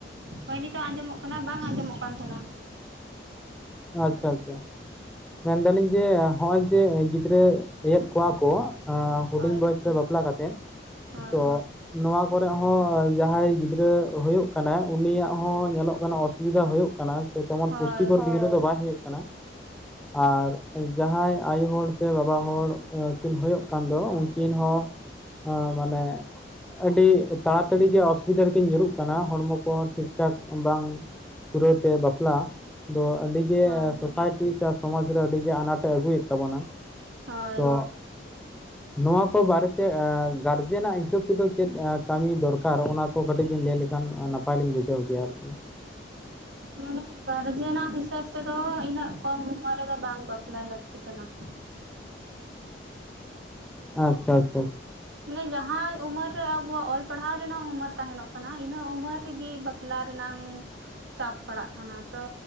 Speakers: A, on the right; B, in the centre.
A: ᱦᱳᱭ ᱱᱤᱛᱚᱜ ᱟᱸᱡᱚᱢᱚᱜ ᱠᱟᱱᱟ ᱵᱟᱝ ᱟᱸᱡᱚᱢᱚᱜ ᱠᱟᱱ ᱛᱟᱦᱮᱱᱟ
B: ᱟᱪᱪᱷᱟ, ᱟᱪᱪᱷᱟ, ᱢᱮᱱᱫᱟᱞᱤᱧ ᱡᱮ ᱦᱚᱜ ᱚᱭ ᱡᱮ ᱜᱤᱫᱽᱨᱟᱹ ᱭᱮᱫᱽ ᱠᱚᱣᱟ ᱠᱚᱼᱼ ᱦᱩᱰᱤᱧ
A: ᱦᱳᱭ
B: ᱵᱚᱭᱚᱥ ᱨᱮ ᱵᱟᱯᱞᱟ ᱠᱟᱛᱮᱫ
A: ᱦᱳᱭ
B: ᱛᱚᱼᱼ ᱱᱚᱣᱟ ᱠᱚᱨᱮ ᱦᱚᱸ ᱡᱟᱦᱟᱸᱭ ᱜᱤᱫᱽᱨᱟᱹ ᱦᱩᱭᱩᱜ ᱠᱟᱱᱟ ᱩᱱᱤᱭᱟᱜ ᱦᱚᱸ ᱧᱮᱞᱚᱜ ᱠᱟᱱᱟᱼᱼ ᱥᱩᱵᱤᱫᱷᱟ ᱦᱩᱭᱩᱜ ᱠᱟᱱᱟ ᱥᱮ ᱛᱮᱢᱚᱱ
A: ᱦᱳᱭ
B: ᱯᱩᱥᱴᱤᱠᱚᱨ ᱜᱤᱫᱽᱨᱟᱹ ᱫᱚ ᱵᱟᱭ ᱦᱩᱭᱩᱜ ᱠᱟᱱᱟ᱾ ᱟᱨ ᱡᱟᱦᱟᱸᱭ ᱟᱭᱳ ᱦᱚᱲ ᱥᱮ ᱵᱟᱵᱟ ᱦᱚᱲ ᱠᱤᱱ ᱦᱭᱳᱜ ᱠᱟᱱ ᱫᱚ ᱩᱱᱠᱤᱱ ᱦᱚᱸ ᱟᱸ ᱢᱟᱱᱮ ᱟᱹᱰᱤ ᱛᱟᱲᱟᱛᱟᱲᱤ ᱜᱮ ᱚᱥᱩᱵᱤᱫᱷᱟ ᱨᱤᱠᱤᱱ ᱧᱩᱨᱩᱜ ᱠᱟᱱᱟ ᱦᱚᱲᱢᱚ ᱠᱚ ᱴᱷᱤᱠ ᱴᱷᱟᱠ ᱵᱟᱝᱼᱼ ᱯᱩᱨᱟᱹᱣ ᱛᱮ ᱵᱟᱯᱞᱟ ᱫᱚ ᱟᱹᱰᱤᱜᱮ
A: ᱦᱳᱭ ᱦᱳᱭ
B: ᱥᱳᱥᱟᱭᱴᱤ ᱥᱮ ᱥᱚᱢᱟᱡᱽ ᱨᱮ ᱟᱹᱰᱤᱜᱮ ᱟᱱᱟᱴᱮ ᱟᱹᱜᱩᱭᱮᱫ ᱛᱟᱵᱚᱱᱟ,
A: ᱦᱳᱭ
B: ᱛᱚᱼᱼ ᱱᱚᱣᱟ ᱠᱚ ᱵᱟᱨᱮᱛᱮ ᱜᱟᱨᱡᱮᱱ-ᱟᱜ ᱦᱤᱥᱟᱹᱵ ᱛᱮᱫᱚ ᱪᱮᱫ ᱠᱟᱹᱢᱤ ᱫᱚᱨᱠᱟᱨ ᱚᱱᱟ ᱠᱚ ᱠᱟᱹᱴᱤᱡ ᱵᱤᱱ ᱞᱟᱹᱭ ᱞᱮᱠᱷᱟᱱ ᱱᱟᱯᱟᱭ ᱞᱤᱧ ᱵᱩᱡᱷᱟᱹᱣ ᱠᱮᱭᱟ ᱟᱨᱠᱤ?
A: ᱢᱟᱱᱮ ᱜᱟᱨᱡᱮᱱᱟᱜ ᱦᱤᱥᱟᱹᱵ ᱛᱮᱫᱚ ᱤᱱᱟᱹᱜ ᱠᱚᱢ ᱩᱢᱟᱹᱨᱼᱼ ᱫᱚ ᱵᱟᱝ ᱵᱟᱯᱞᱟ ᱞᱟᱹᱠᱛᱤ ᱠᱟᱱᱟ᱾
B: ᱟᱪᱪᱷᱟᱼᱟᱪᱪᱷᱟᱼᱟᱪᱪᱷᱟ
A: ᱢᱟᱱᱮ ᱡᱟᱦᱟᱸᱭ ᱩᱢᱮᱨ ᱨᱮ ᱟᱵᱚᱣᱟᱜ ᱚᱞ ᱯᱟᱲᱦᱟᱣ ᱨᱮᱱᱟᱜ ᱩᱢᱟᱹᱨ ᱛᱟᱦᱮᱱᱚᱜ ᱠᱟᱱᱟ ᱤᱱᱟᱹ ᱩᱢᱮᱨ ᱨᱮᱜᱤ ᱵᱟᱼᱼ ᱯᱞᱟ ᱨᱮᱱᱟᱝ ᱪᱟᱸᱯ ᱯᱟᱲᱟᱜ ᱠᱟᱱᱟ᱾ ᱛᱚ